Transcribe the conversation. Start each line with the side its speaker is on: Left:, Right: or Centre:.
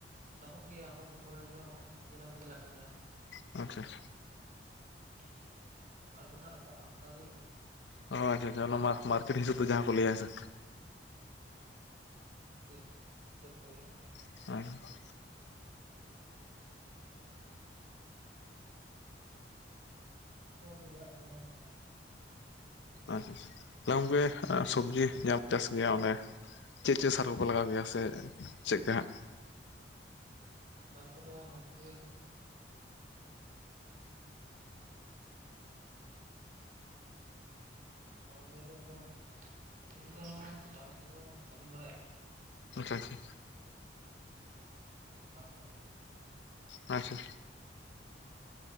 Right: ᱫᱟᱢᱚᱜ ᱜᱮᱭᱟ ᱚᱠᱟ ᱥᱚᱢᱚᱭ ᱠᱚᱨᱮ ᱫᱚ ᱵᱷᱟᱹᱜᱤ ᱫᱟᱢ ᱛᱮᱼᱜᱮᱞᱮ ᱟᱹᱠᱷᱨᱤᱧᱟ᱾
Left: ᱟᱪᱪᱷᱟ ᱟᱪᱷᱟ,
Right: <unintelligible> ᱟᱬᱜᱳᱱᱟ ᱨᱟᱠᱟᱵ-ᱟ ᱚᱱᱠᱟᱜ ᱜᱮ᱾
Left: ᱚ ᱟᱪᱷᱟ ᱟᱪᱷᱟ ᱚᱱᱟ ᱢᱟ ᱢᱟᱨᱠᱮᱴ ᱦᱤᱥᱟᱹᱵᱽ ᱫᱚ ᱡᱟᱦᱟᱸ ᱠᱚ ᱞᱟᱹᱭ ᱦᱮᱸᱥᱮ᱾
Right: <inaudible> ᱢᱟᱨᱠᱮᱴ ᱦᱤᱥᱟᱹᱵᱽ ᱛᱮᱜᱮ᱾
Left: <unintelligible>
Right: <unintelligible> ᱯᱚᱭᱥᱟ ᱠᱚᱫᱚ ᱦᱩᱭ ᱵᱟᱲᱟᱜ ᱜᱮᱭᱟ ᱵᱟᱝ <unintelligible>
Left: ᱟᱪᱪᱷᱟ ᱟᱪᱪᱷᱟ ᱜᱚᱝᱠᱮ ᱥᱚᱵᱽᱡᱤ ᱧᱟᱢ ᱪᱟᱥ ᱜᱮᱭᱟ ᱚᱸᱰᱮ ᱪᱮᱫ ᱪᱮᱫ ᱥᱟᱨ ᱠᱚᱯᱮ ᱞᱟᱜᱟᱣ ᱜᱮᱭᱟ ᱥᱮ ᱪᱮᱫ ᱠᱟ ᱦᱟᱸᱜ?
Right: ᱥᱟᱨ ᱠᱚᱫᱚ ᱜᱚᱝᱠᱮ, <unintelligible> ᱞᱟᱜᱟᱣ ᱜᱮᱭᱟᱞᱮ ᱟᱫᱚ ᱟᱹᱞᱤᱧ ᱫᱚ ᱥᱟᱨ ᱠᱚᱫᱚ ᱵᱟᱹᱞᱤᱧ ᱵᱟᱲᱟᱭᱟ᱾
Left: ᱟᱪᱪᱷᱟ ᱟᱪᱪᱷᱟ,
Right: ᱵᱟᱞᱤᱧ ᱪᱟᱞᱟᱣ ᱵᱟᱲᱟ ᱠᱟᱱᱟ ᱵᱟᱹᱫᱽ ᱠᱚᱫᱚ᱾
Left: ᱟᱪᱪᱷᱟ,